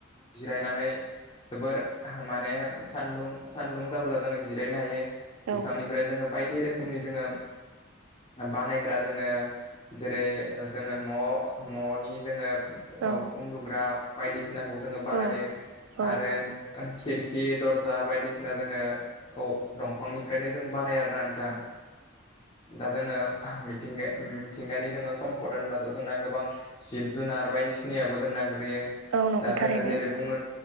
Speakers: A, on the left (about 30°); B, on the right (about 80°).
A: जिरायनानै जोबोर माने सान्दुं सान्दुं जाबोला जोङो जिरायनो हायो
B: औ
A: बिफांनि फ्राय जोङो बायदि रोखोमनि जोङो बानायग्रा जोङो जेरै ओ जोङो न' न'नि जोङो ओ
B: औ
A: उन्दुग्रा बायदिसिनाखौ जोङो बानायो
B: औ औ
A: आरो खिरखि दरजा बायदिसिना जोङो औ दंफांनिफ्रायनो जों बानायो आरोना नोंथां। दा जोङो मिथिंगा मिथिंगानि जोङो सम फद होनबाथ' जोंना गोबां जिब जुनार बायदिसिनायाबो जोंना गोलैयो।
B: औ नंगौ
A: दा जोङो
B: थारैनो
A: जेरै बुंनो